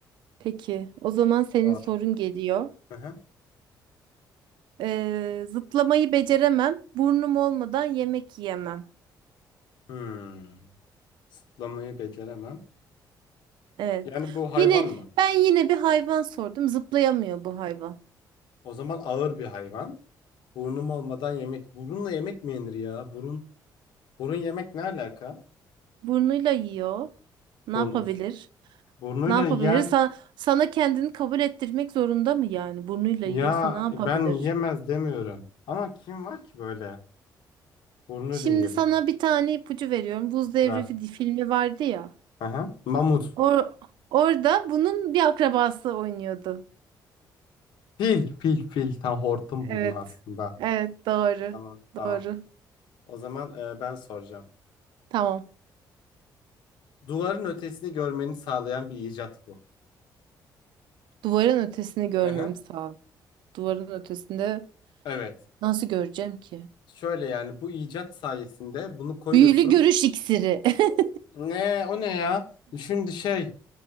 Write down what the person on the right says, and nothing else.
Peki o zaman senin
sorun geliyor.
Ee, zıplamayı beceremem. Burnum olmadan yemek yiyemem.
Evet.
Yine
ben yine bir hayvan sordum. Zıplayamıyor bu hayvan.
Burnuyla yiyor. Ne
yapabilir?
Ne yapabilir?
Sana, sana kendini kabul ettirmek zorunda mı yani? Burnuyla
yiyorsa ne yapabilir?
Şimdi
sana bir tane ipucu veriyorum. Buz Devri
fi- filmi vardı ya.
Or orada bunun bir akrabası oynuyordu.
Evet.
Evet doğru.
Doğru.
Tamam.
Duvarın ötesini görmemiz
lazım. Duvarın ötesinde
nasıl göreceğim ki?
Büyülü görüş iksiri. <laughs>